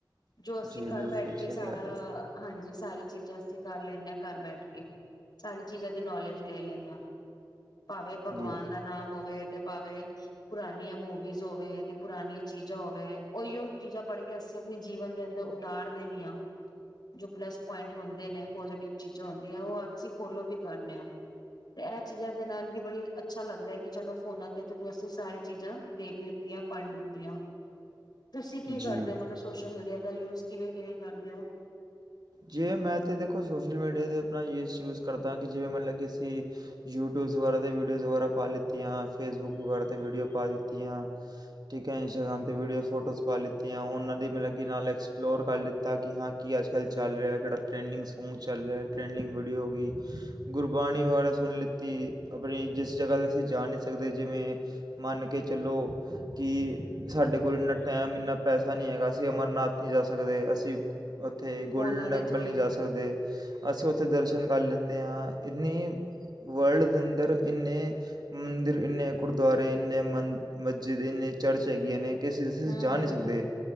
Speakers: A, on the left; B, on the right.
A: ਜੋ ਅਸੀਂ
B: ਜੀ ਬਿਲਕੁਲ
A: ਘਰ ਬੈਠ ਕੇ
B: ਸਹੀ
A: ਸਾਰਾ
B: ਕਹਿ ਰਹੇ ਹੋ।
A: ਹਾਂਜੀ ਸਾਰੀ ਚੀਜਾਂ ਅਸੀਂ ਕਰ ਲੈਂਣੇ ਆ ਘਰ ਬੈਠ ਕੇ ਸਾਰੀ ਚੀਜਾ ਦੀ ਨੌਲੇਜ ਲੈ ਲੈਂਨੇ ਆਂ ਭਾਵੇਂ ਭਗਵਾਨ
B: ਜੀ।
A: ਦਾ ਨਾਮ ਹੋਵੇ ਤੇ ਪਾਵੇ ਪੁਰਾਣੀਆਂ ਮੂਵੀਜ਼ ਹੋਵੇ ਤੇ ਪੁਰਾਣੀਆਂ ਚੀਜ਼ਾਂ ਹੋਵੇ ਉਹੀਓ ਚੀਜ਼ਾਂ ਪੜ੍ਹ ਕੇ ਅਸੀਂ ਆਪਣੇ ਜੀਵਨ ਦੇ ਅੰਦਰ ਉਤਾਰਦੇ ਵੀ ਹਾਂ ਜੋ ਪਲੱਸ ਪੁਆਇੰਟ ਹੁੰਦੇ ਨੇ ਪੋਜ਼ਟਿਵ ਚੀਜ਼ਾਂ ਹੁੰਦੀਆਂ ਉਹ ਅਸੀਂ ਫੋਲੋ ਵੀ ਕਰਨੇ ਆ ਤੇ ਇਹ ਚੀਜ਼ਾਂ ਦੇ ਨਾਲ ਵੀ ਬੜੀ ਅੱਛਾ ਲੱਗਦੈ ਕਿ ਚਲੋ ਫੋਨਾਂ ਦੇ ਥਰੂ ਅਸੀਂ ਸਾਰੀ ਚੀਜਾ ਦੇਖ ਲਿੱਤੀਆਂ ਪੜ੍ਹ ਲਿੱਤੀਆਂ ਤੁਸੀਂ ਕੀ
B: ਜੀ
A: ਕਰਦੇ
B: ਜੀ
A: ਓ ਮਤਲਬ ਸੋਸ਼ਲ ਮੀਡੀਆ ਦਾ ਯੂਜ ਕਿਵੇਂ ਕਿਵੇਂ ਕਰਦੇ ਓ
B: ਜੇ ਮੈਂ ਤਾਂ ਦੇਖੋ ਸੋਸ਼ਲ ਮੀਡੀਆ 'ਤੇ ਆਪਣਾ ਯੂਜ਼ ਯੂਜ਼ ਕਰਦਾ ਕਿ ਜਿਵੇਂ ਮਤਲਬ ਕਿ ਅਸੀਂ ਯੂਟਿਊਬਜ਼ ਵਗੈਰਾ 'ਤੇ ਵੀਡੀਓਜ਼ ਵਗੈਰਾ ਪਾ ਲਿੱਤੀਆਂ ਫੇਸਬੁੱਕ ਵਗੈਰਾ 'ਤੇ ਵੀਡੀਓ ਪਾ ਲਿੱਤੀਆਂ ਠੀਕ ਹੈ ਇੰਸਟਾਗ੍ਰਾਮ 'ਤੇ ਵੀਡੀਓਜ਼ ਫੋਟੋਸ ਪਾ ਲਿੱਤੀਆਂ ਓਹਨਾਂ ਦੀ ਮਤਲਬ ਕਿ ਨਾਲ ਐਕਸਪਲੋਰ ਕਰ ਲਿੱਤਾ ਕਿ ਹਾਂ ਕੀ ਅੱਜ ਕੱਲ੍ਹ ਚੱਲ ਰਿਹਾ ਕਿਹੜਾ ਟਰੈਂਡਿੰਗ ਸੌਂਗ ਚੱਲ ਰਿਹਾ ਟਰੈਂਡਿੰਗ ਵੀਡੀਓ ਹੋ ਗਈ ਗੁਰਬਾਣੀ ਵਾ ਸੁਣ ਲਿੱਤੀ ਆਪਣੀ ਜਿਸ ਜਗ੍ਹਾ 'ਤੇ ਅਸੀਂ ਜਾ ਨਹੀਂ ਸਕਦੇ ਜਿਵੇਂ ਮੰਨ ਕੇ ਚੱਲੋ ਕਿ ਸਾਡੇ ਕੋਲ ਇੰਨਾ ਟਾਈਮ ਇੰਨਾ ਪੈਸਾ ਨਹੀਂ ਹੈਗਾ ਅਸੀਂ ਅਮਰਨਾਥ ਨਹੀਂ ਜਾ ਸਕਦੇ ਅਸੀਂ ਓੱਥੇ ਗੋਲਡਨ
A: ਫੋਨਾਂ ਦੇ
B: ਟੈਂਪਲ
A: ਥਰੂ
B: ਨਹੀਂ
A: ਹੀ
B: ਜਾ
A: ਹਮ
B: ਸਕਦੇ ਅਸੀਂ ਓੱਥੇ ਦਰਸ਼ਨ ਕਰ ਲੈਂਦੇ ਹਾਂ ਇੰਨੀ ਵਰਲਡ ਦੇ ਅੰਦਰ ਇੰਨੇ ਮੰਦਰ ਇੰਨੇ ਗੁਰਦੁਆਰੇ ਇੰਨੇ ਮਨ ਮਸਜਿਦ ਇੰਨੇ ਚਰਚ ਹੈਗੀਆਂ ਨੇ ਕਿ ਅਸੀਂ
A: ਹਮ
B: ਜਾ ਨਹੀਂ
A: ਹਮ
B: ਸਕਦੇ